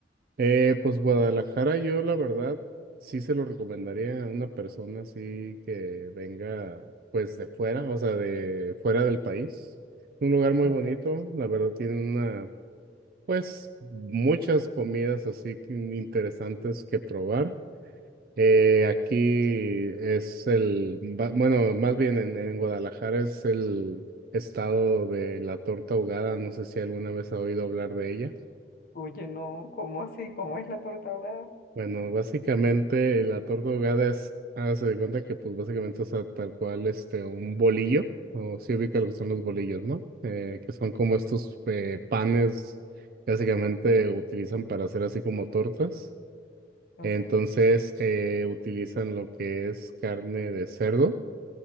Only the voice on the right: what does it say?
Eh, pues Guadalajara, yo la verdad sí se lo recomendaría a una persona así que venga pues de fuera, o sea, de fuera del país. Un lugar muy
bonito, la verdad tiene una, pues muchas comidas así que interesantes que probar. Eh, aquí es el, ba- bueno, más bien en, en Guadalajara es el estado de la torta ahogada, no sé si alguna vez ha oído hablar de ella.
Bueno, básicamente la torta ahogada es, hágase de cuenta que pues básicamente, o sea, tal cual este, un bolillo, o si ubica lo que son los bolillos, ¿no? Eh, que son como estos eh, panes que básicamente utilizan para hacer así como tortas.
Entonces eh, utilizan lo que es carne de cerdo.